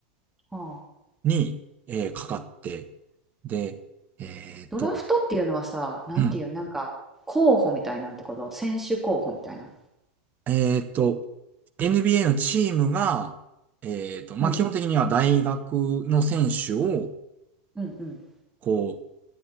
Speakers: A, in the centre; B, on the right.
A: は
B: に、えーかかって、で、えっと、
A: ドラフトっていうのはさ、なんていう、
B: うん。
A: なんか、候補みたいなんてこと選手候補みたいな。
B: えっと、NBA のチームが、えっと、まあ、
A: うん。
B: 基本的には大学の選手を、
A: うんうん。
B: こう、